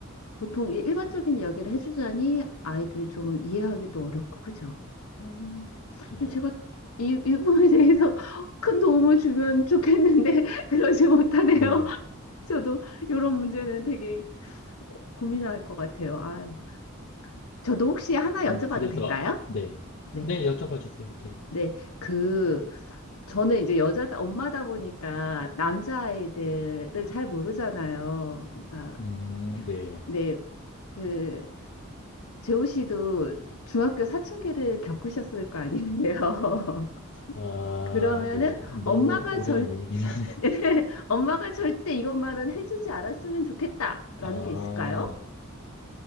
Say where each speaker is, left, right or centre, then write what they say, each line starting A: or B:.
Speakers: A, on the left (about 90°); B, on the left (about 55°).
A: 보통 이- 일반적인 이야기를 해주자니 아이들이 좀 이해하기도 어렵고, 그죠? 음,
B: 네,
A: 제가 이, 이 부분에 대해서 <laughs> 큰 도움을 주면 좋겠는데, <laughs> 그러지 못하네요.
B: 네.
A: <laughs> 저도 이런 문제는 되게 고민할 것 같아요. 아유. 저도 혹시 하나 여쭤봐도
B: 아니, 그래서,
A: 될까요?
B: 아, 네.
A: 네.
B: 네, 여쭤봐 주세요. 네.
A: 네, 그, 저는 이제 여자, 엄마다 보니까 남자아이들을 잘 모르잖아요. 그러니까,
B: 음, 네.
A: 네, 그, 재호 씨도 중학교 사춘기를 겪으셨을 거 아니에요. <laughs>
B: 아,
A: 그러면은
B: 네.
A: 엄마가
B: 너무 오래된
A: 절,
B: 얘기긴 한.
A: <laughs> 엄마가 절대 이것만은 해주지 않았으면 좋겠다라는
B: <laughs> 아,
A: 게 있을까요?